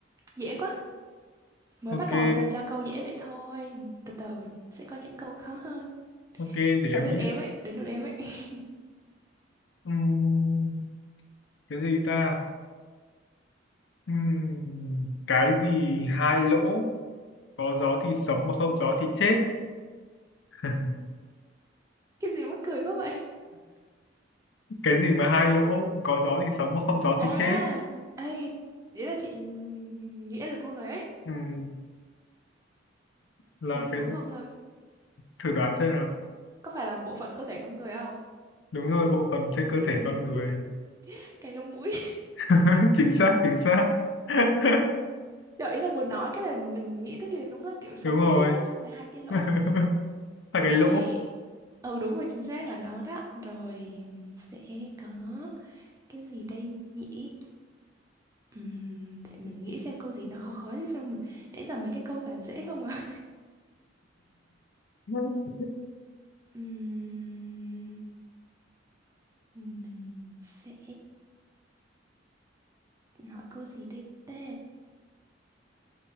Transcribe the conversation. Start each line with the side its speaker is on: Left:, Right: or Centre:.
Right: dễ quá. Mới
Left: Ok,
Right: bắt đầu nên là cho câu dễ vậy thôi. Từ từ sẽ có những câu khó hơn.
Left: ok để
Right: Nói
Left: em
Right: lượt
Left: nghĩ.
Right: em ấy, đến lượt em ấy. <laughs>
Left: Ừm, cái gì ta? Ừm, cái gì hai lỗ có gió thì sống mà không gió thì chết. <laughs>
Right: Cái gì mắc cười quá vậy?
Left: Cái gì mà hai lỗ có gió thì sống mà không gió
Right: À,
Left: thì chết.
Right: ê, vậy là chị nghĩa được luôn rồi ấy.
Left: Ừm, là
Right: Không biết
Left: cái
Right: đúng
Left: gì?
Right: không thôi.
Left: Thử đoán xem nào
Right: Có phải là bộ phận cơ thể con người không?
Left: đúng rồi bộ phận trên cơ
Right: Ý,
Left: thể con người
Right: cái lông mũi.
Left: <laughs> chính xác chính xác <laughs>
Right: Trời ý là vừa nói cái là mình nghĩ tới liền luôn á kiểu sống
Left: đúng rồi
Right: với chết á xong rồi hai cái lỗ
Left: <laughs> là cái
Right: hay
Left: lỗ
Right: ừ đúng rồi chính xác là nó đó rồi mình sẽ có cái gì đây nhỉ Ừm, để mình nghĩ xem câu gì nó khó khó chứ sao mà nãy giờ mấy cái câu toàn dễ không à
Left: <laughs>
Right: <laughs> Ừm, mình sẽ hỏi câu gì đây ta